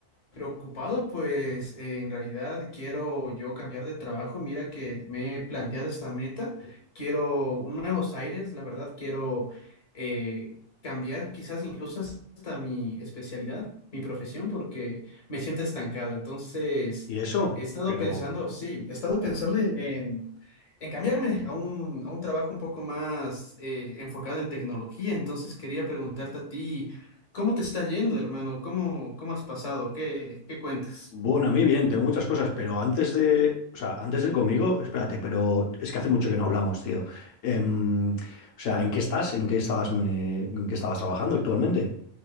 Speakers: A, on the left; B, on the left.
A: preocupado, pues eh, en realidad quiero yo cambiar de trabajo. Mira que me he planteado esta meta. Quiero nuevos aires, la verdad quiero eh, cambiar quizás incluso hasta mi especialidad, mi profesión, porque me siento estancado. Entonces,
B: ¿Y eso?
A: he estado
B: Pero,
A: pensando, sí, he estado pensando en, en, en cambiarme a un, a un trabajo un poco más eh, enfocado en tecnología. Entonces, quería preguntarte a ti. ¿Cómo te está yendo, hermano? ¿Cómo, cómo has pasado? ¿Qué, qué cuentas?
B: bueno, a mí bien, tengo muchas cosas, pero antes de, o sea, antes de ir conmigo, espérate, pero es que hace mucho que no hablamos, tío. Em, o sea, ¿en qué estás? ¿En qué estabas, me- en qué estabas trabajando actualmente?